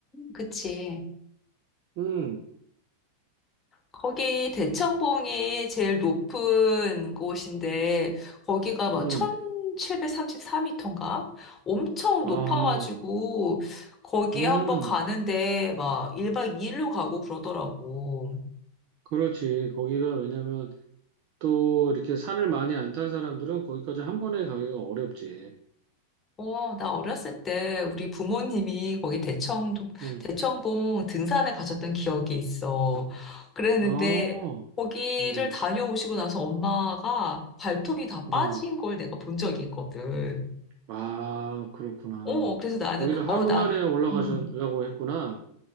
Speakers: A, on the left; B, on the right.
A: 그치.
B: 음,
A: 거기 대청봉이 제일 높은 곳인데 거기가 막
B: 음.
A: 1734m인가? 엄청
B: 아,
A: 높아가지고 거기
B: 음.
A: 한번 가는데 막 1박 2일로 가고 그러더라고.
B: 그렇지. 거기가 왜냐면 또 이렇게 산을 많이 안 탄 사람들은 거기까지 한 번에 가기가 어렵지.
A: 어, 나 어렸을 때 우리 부모님이 거기 대청,
B: 응.
A: 대청봉 등산을 가셨던 기억이 있어. 그랬는데
B: 아,
A: 거기를
B: 음,
A: 다녀오시고 나서 엄마가 발톱이 다 빠진
B: 음.
A: 걸 내가 본 적이 있거든.
B: 아, 그렇구나.
A: 어, 그래서 나는,
B: 거기를
A: 어,
B: 하루
A: 나,
B: 만에 올라가려고
A: 음.
B: 했구나.